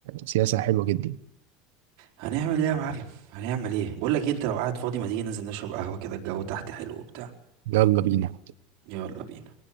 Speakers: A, on the right (about 85°); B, on the right (about 55°).
A: سياسه حلوه جدا
B: هنعمل ايه يا معلم هنعمل ايه بقول لك إيه، انت لو قاعد فاضي ما تيجي ننزل نشرب قهوه كده الجو تحت حلو وبتاع
A: يلا بينا
B: يلا بينا